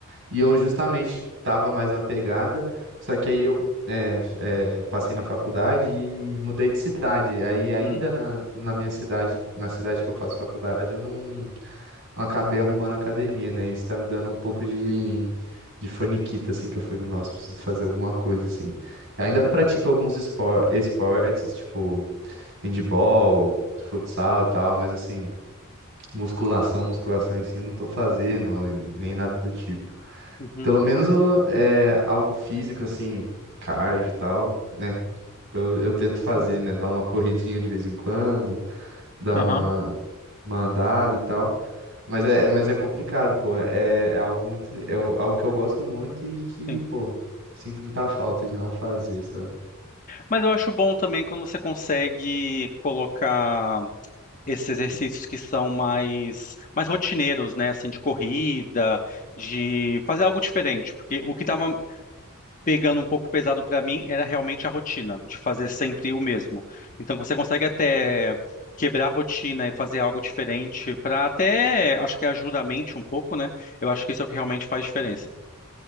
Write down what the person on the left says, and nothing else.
uhum,
uhum.
Claro.
Aham,
sim.
Mas eu acho bom também quando você consegue colocar esses exercícios que são mais, mais rotineiros, né? Assim, de corrida, de fazer algo diferente. Porque o que estava pegando um pouco pesado para mim era realmente a rotina, de fazer sempre o mesmo. Então você consegue até quebrar a rotina e fazer algo diferente para até, acho que ajuda a mente um pouco, né? Eu acho que isso é o que realmente faz diferença.